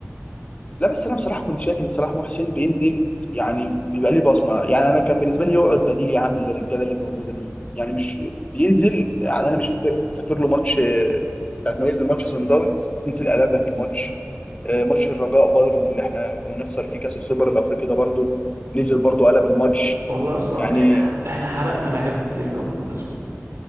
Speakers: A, on the left (about 30°); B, on the right (about 75°).
A: لا بس انا بصراحه كنت شايف ان صلاح محسن بينزل يعني بيبقى ليه بصمه يعني انا كان بالنسبه لي يقعد بديل يا عم للرجاله اللي موجوده دي يعني مش بينزل يعني انا مش فاكر فاكر له ماتش آه، ساعه ما نزل ماتش سان داونز نزل قلبنا في الماتش آه، ماتش الرجاء برضه اللي احنا كنا نخسر فيه كاس السوبر الافريقي ده برضه نزل برضه قلب الماتش
B: والله يا اسطى
A: يعني
B: احنا ح- احنا حرقنا لعيبة كتير قوي بالمناسبة